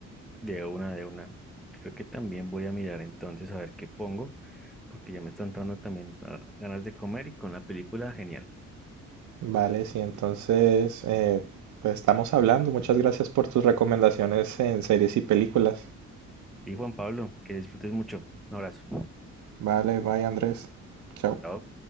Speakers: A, in the centre; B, on the right.
A: De una, de una. Creo que también voy a mirar entonces a ver qué pongo, porque ya me están dando también ah, ganas de comer y con la película, genial.
B: Vale, sí, entonces eh, pues estamos hablando. Muchas gracias por tus recomendaciones en series y películas.
A: Y Juan Pablo, que disfrutes mucho. Un abrazo.
B: Vale, bye Andrés. Chao.
A: Chao.